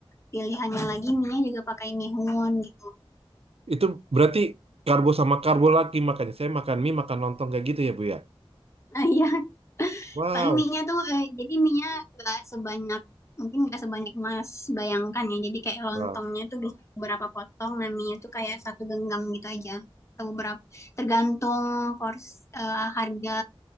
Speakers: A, on the left (about 30°); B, on the right (about 90°).
A: pilihannya lagi mie juga pakai mihun gitu.
B: Itu berarti karbo sama karbo lagi makanya. Saya makan mie, makan lontong kayak gitu ya Bu ya?
A: Nah iya, <laughs>
B: Wow.
A: paling mie-nya tuh eh, jadi mie-nya gak sebanyak mungkin gak sebanyak Mas bayangkan ya. Jadi kayak lontongnya
B: Wow.
A: tuh bisa beberapa potong, nah mie-nya tuh kayak satu genggam gitu aja. Atau beberapa tergantung pors eh, harga